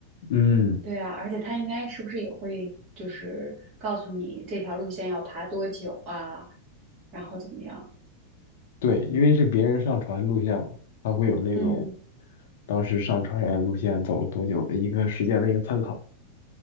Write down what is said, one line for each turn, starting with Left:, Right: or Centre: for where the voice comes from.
Left: 嗯，
Right: 对啊，而且它应该是不是也会就是告诉你这条路线要爬多久啊，然后怎么样？
Left: 对，因为是别人上传路线嘛，它会有那种
Right: 嗯，
Left: 当时上传人路线走了多久的一个时间的一个参考。